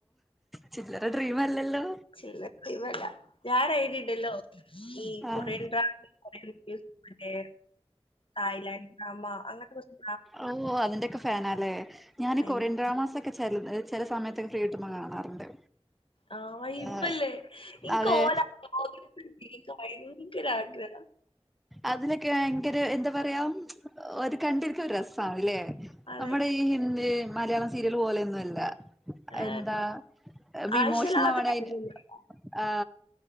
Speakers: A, in the centre; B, on the left.
A: ചില്ലറ ഡ്രീം അല്ലല്ലോ.
B: <unintelligible> ഞാനെഴുതിണ്ടല്ലോ. ഈ
A: ആഹ്
B: കൊറിയൻ ഡ്രാമെം മറ്റേ തായ്ലാൻ ഡ്രാമ അങ്ങൻത്തെ കൊർച്ച്
A: ഓ ഹൊ അതിന്റൊക്കെ ഫാനാലെ? ഞാൻ
B: അതിന്റെ
A: കൊറിയൻ ഡ്രാമാസ് ഒക്കെ ചെൽ ചില സമയത്തൊക്കെ ഫ്രീട്ടുമ്പ കാണാറുണ്ട്.
B: ആ വൈബല്ലേ
A: ആ,
B: ഇൻക്ക്
A: അതെ
B: ഓല <unintelligible> <unintelligible> ആഗ്രഹാ.
A: അതിലൊക്കെ വയങ്കര എന്താ പറിയാ ഒര് കണ്ടിരിക്ക രസാണ്ല്ലേ.
B: അതെ
A: നമ്മുടെ ഈ ഹിന്ദി മലയാളം സീരിയൽ പോലെയൊന്നുംല്ല.
B: ഏ
A: എന്താ ഏ
B: ആവശ്യമില്ലാത്ത
A: ഇമോഷൻൽ ആവണ
B: കാര്യങ്ങളൊന്നുമില്ല
A: <unintelligible> ആ....